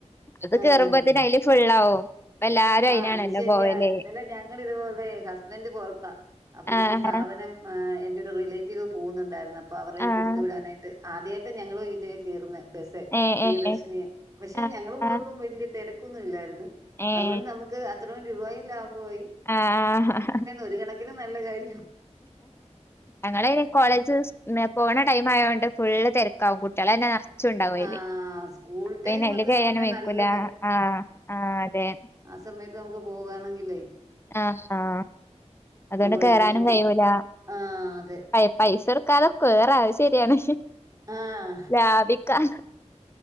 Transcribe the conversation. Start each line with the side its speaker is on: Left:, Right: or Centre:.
Left: അത് കേറുമ്പോത്തന്
Right: ആഹ്
Left: അയില് ഫുള്ളാവും. ഇപ്പ എല്ലാരും അയിനാണല്ലോ
Right: ആഹ് അത് ശരിയാ
Left: പോവല്
Right: ഇന്നലെ ഞങ്ങളിതുപോലെ ഹസ്ബന്റ് പൊർത്താ അപ്പൊ ഇച്ചിരി
Left: ആഹ്
Right: സാധനം ആഹ് എന്റെ രു റിലേറ്റീവ് പോകുന്നുണ്ടായിരുന്നു അപ്പൊ അവറെ
Left: ആഹ്
Right: കൊട്ത്ത് വിടാനായിട്ട് ആദ്യായിട്ട് ഞങ്ങള് ഇതേ കേറുന്നേ ബസ്സ്
Left: ഏഹ്
Right: പ്രിയദർശിനിയെ
Left: ഏഹ്
Right: പക്ഷെ
Left: ആഹ്
Right: ഞങ്ങള് പോയപ്പം
Left: ആഹ്
Right: വല്യ തെരക്കൊന്നും ഇല്ലായിരുന്ന്
Left: ഏഹ്
Right: അതുകൊണ്ട് നമു ക്ക് അത്രയും രൂപായും ലാഭവായി.
Left: ആഹ് ആഹ്
Right: ഒരു കണക്കിന് നല്ല കാര്യം
Left: ഞങ്ങള് കോളേജ് സ് ന്ന പോണ ടൈം ആയോണ്ട് ഫുള്ള് തെരക്കാവും കുട്ട്യള ന്നെ നർ ചുണ്ടാവും അയില്
Right: ആഹ് സ്കൂൾ ടൈം
Left: പിന്നെ അയില്
Right: ഒക്കെന്ന്
Left: കേറാനും
Right: പറഞ്ഞാ
Left: വയ്ക്കൂല
Right: നല്ല
Left: ആഹ് ആഹ് അതെ
Right: ആഹ് സമയത്ത് നമുക്ക് പോകാമെങ്കില്ലേ
Left: ആഹ് ആഹ് അതുകൊണ്ട്
Right: പിന്നെ
Left: കേറാനും
Right: ഇപ്പ
Left: കഴിയൂലാ.
Right: ആഹ് അതെ.
Left: പ പൈസ ട്ക്കാതെ കേറാം അഹ് ശരിയാണ്
Right: ആഹ്
Left: ലാഭിക്കാം.